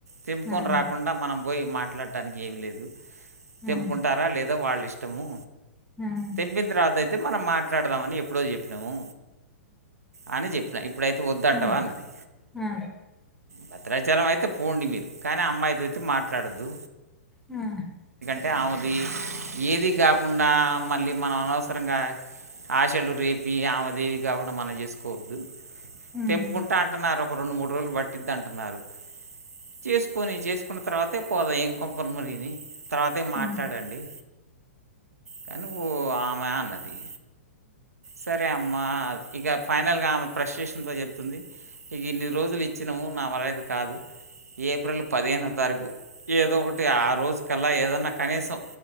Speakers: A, on the right; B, in the centre.
A: తెంపుకొని
B: హ్మ్.
A: రాకుండా మనం పోయి మాట్లాడటానికి ఏమి లేదు
B: హ్మ్.
A: తెంపుకుంటారా లేదా వాళ్ళు ఇష్టము
B: హ్మ్. హ్మ్.
A: తెంపిన తర్వాత అయితే మనం మాట్లాడదామని ఎప్పుడో చెప్పినాము అని చెప్పిన ఇప్పుడైతే వద్దు అంటావా
B: హ్మ్.
A: అన్నది
B: హ్మ్.
A: భద్రాచలం అయితే పోండి మీరు కానీ అమ్మాయితో అయితే మాట్లాడద్దు
B: హా
A: టే ఆమెది ఏది కా కుండా మళ్ళీ మనం అనవసరంగా ఆశలు రేపి ఆమె దేవి కాకుండా ఏమన్నా చేసుకోవద్దు
B: హ్మ్.
A: తెంపుకుంటా అంటున్నార అన్నారు ఒక రెండు మూడు రోజులు పట్టిది అంటన్నారు చేసుకొని చేసుకున్న తర్వాతే పోదాం ఏం కొంపలు మునిగినాయి తర్వాతే
B: హ్మ్.
A: మాట్లాడండి
B: హ్మ్.
A: కానీ ఓ ఆమె అన్నది సరే అమ్మా ఇక ఫైనల్ గా ఆమె ఫ్రస్టేషన్ తో చెప్తుంది ఇవప్రశేషన్ త చెప్తుంది ఇక ఇన్ని రోజులు వచ్చినాము నావల్ల అయితే కాదు ఏప్రిల్ పదిహేను తరకు ఏదో ఒకటి ఆ రోజు కల్లా ఏదన్నా కనీసం